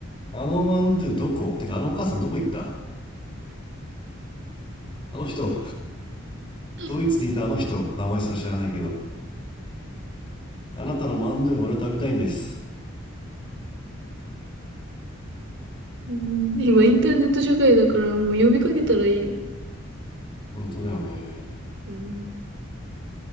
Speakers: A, on the left; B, on the right.
A: あのマンドゥどこてかあのお母さんどこ行ったあの人、
B: <laughs>
A: ドイツにいたあの人、名前すら知らないけど、あなたのマンドゥが俺は食べたいんです。
B: うん、今、インターネット社会だから、もう呼びかけたらいいよ。
A: 本当だよね。
B: うん、